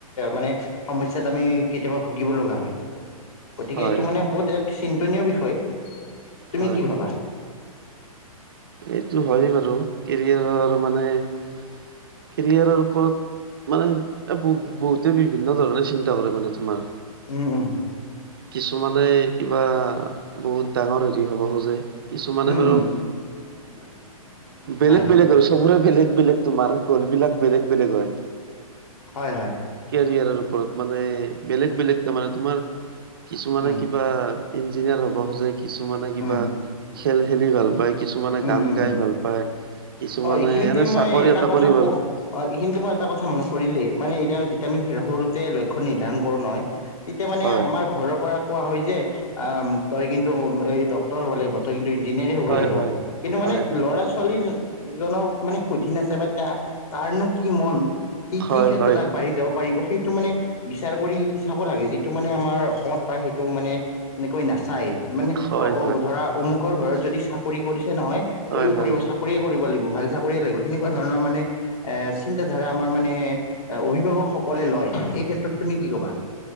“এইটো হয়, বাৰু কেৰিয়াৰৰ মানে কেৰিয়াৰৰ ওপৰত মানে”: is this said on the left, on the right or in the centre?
Right